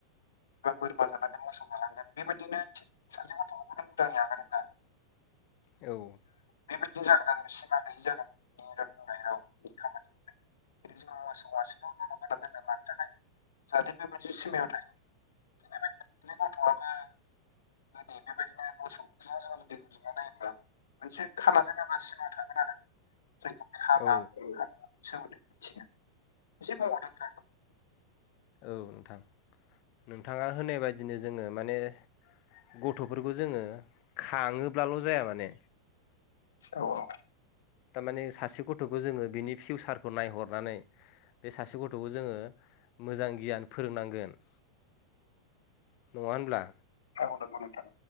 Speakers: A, on the left; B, on the left.
A: बा बोरमा जालांगोन मोसौ जालांगोन बेबायदिनो सासे गथ'बो नों उदाङै आगारोबा
B: औ
A: बेबायदि जागोन आरो सिमा गैयि जागोन रायनाय राव खामानि <unintelligible> जाहाथे बे मोनसे सिमायाव थायो बेबायदिनो गथ'आबो दै बेबायदिनो मोसौ जों जुदि रुजुना नायोबा मोनसे खाना दोनाब्ला सिमा थागोन आरो जायखौ बे हामा
B: औ
A: सोमोन्दै मिथिगोन एसे बुंहरदो नोंथाङाबो
B: औ नोंथां नोंथाङा होनाय बायदिनो जोङो माने गथ'फोरखौ जोङो खाङोब्लाल' जाया माने
A: औ
B: थारमाने सासे गथ'खौ जोङो बिनि फिउसारखौ नायहरनानै बे सासे गथ'खौ जोङो मोजां गियान फोरोंनांगोन नङा होनब्ला
A: औ नंगौ नोंथां